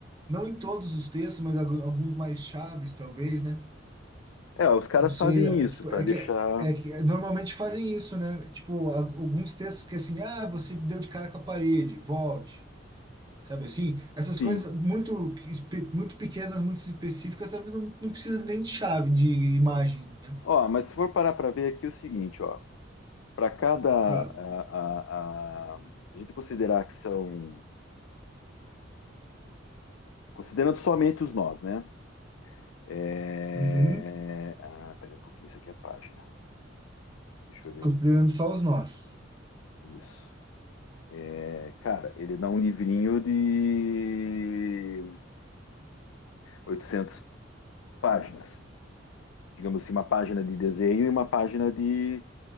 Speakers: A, on the right; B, on the left.
A: não em todos os textos, mas algu- alguns mais chaves, talvez, né?
B: É, os caras
A: Não sei,
B: fazem
A: é,
B: isso
A: tipo,
B: para
A: é
B: deixar,
A: que, é que normalmente fazem isso, né? Tipo, a- alguns textos que assim, ah, você deu de cara com a parede, volte. Sabe assim? Essas
B: sim.
A: coisas muito, espe- muito pequenas, muito específicas, talvez não, não precisa nem de chave, de imagem, né?
B: Ó, mas se for parar para ver aqui é o seguinte, ó. para cada.
A: É.
B: A, a, a, a gente considerar que são. Considerando somente os nós, né? É...
A: Uhum.
B: Ah, pera um pouquinho, isso aqui é a página. Deixa eu ver
A: Considerando
B: aqui.
A: só os nós.
B: Isso. É, cara, ele dá um livrinho de 800 páginas. Digamos assim, uma página de desenho e uma página de,